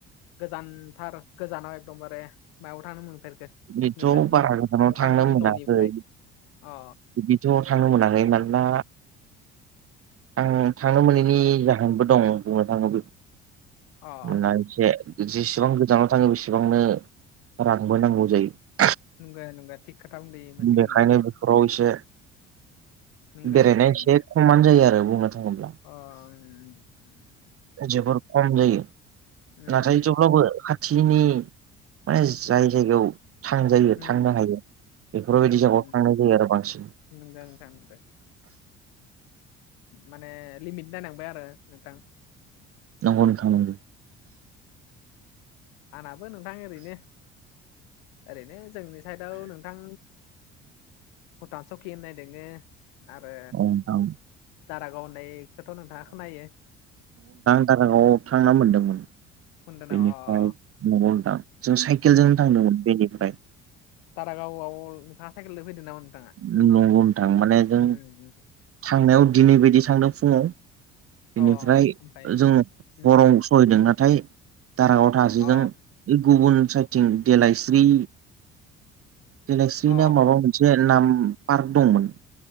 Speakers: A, on the left; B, on the right.
A: गोजानथार गोजानाव एकदमबारे मायाव थानो मोनफेरखो नोंसोर
B: बिदिथ' बारा
A: नोंथांनि
B: गोजानाव थांनो मोनाखै
A: न'निफ्राय अ
B: बिदिथ' थाङनो मोनाखै मानोना आं थांनो मोनैनि जाहोनबो दं बुंनो थाङोब्ला
A: अ
B: मा
A: अ
B: एसे जेसेबां गोजानाव थाङो बेसेबांनो रांबो नांगौ जायो
A: नंगौ नंगा थिग खोथा बुंदुं मोनसेखो
B: बेखायनो
A: नोंथाङा
B: बेफोराव एसे
A: नोंगो
B: बेरायनाया
A: नंगौ
B: एसे
A: नंगौ
B: खमानो जायो आरो बुंनो थाङोब्ला
A: अ ओम ओम
B: जोबोर खम जायो
A: उम
B: नाथाय थेवब्लाबो खाथिनि माने जाय जायगायाव थांजायो
A: उम
B: थांनो हायो बेफोरबायदि
A: उम
B: जायगायाव
A: उम
B: थांनाय जायो आरो बांसिन
A: नंगौ नोंथां नंगौ माने लिमिट नायनांबाय आरो नोंथां
B: नंगौ नोंथां नंगौ
A: आंनाबो नोंथां ओरैनो ओरैनो जोंनि साइदाव नोंथां भुटान सकि होननाय दोङो आरो
B: औ नोंथां
A: दारागाव होननायखौथ' नोंथाङा खोनायो
B: दारागावाव थांना मोनदोंमोन
A: खोनादों
B: बेनिफ्राय
A: नामा अ
B: नंगौ नोंथां जों साइद साइकेलजों
A: उम
B: थांदोंमोन बेनिफ्राय
A: दारागावआव नोंथाङा साइकेलजों फैदों नामा नोंथाङा
B: नंगौ नोंथां माने जों
A: उम
B: थांनायाव दिनै बायदि थांदों फुङाव
A: अ
B: बेनिफ्राय
A: ओमफ्राय
B: जों हराव
A: उम
B: सहैदों नाथाय दारागाव थााजोजों
A: अ
B: बे गुबुन साइडथिं देलायस्रि दिनैस्रि
A: अ
B: ना माबा मोनसे नाम पार्क दंमोन